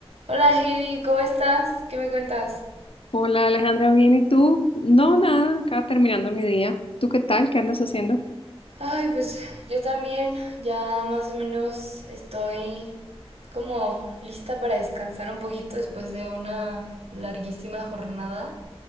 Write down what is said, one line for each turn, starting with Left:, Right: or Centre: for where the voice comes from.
Right: Hola Heidi, ¿cómo estás? ¿Qué me cuentas?
Left: Hola Alejandra, ¿bien y tú? No, nada, acá terminando mi día. ¿Tú qué tal? ¿Qué andas haciendo?
Right: Ay, pues yo también ya más o menos estoy como lista para descansar un poquito después de una larguísima jornada,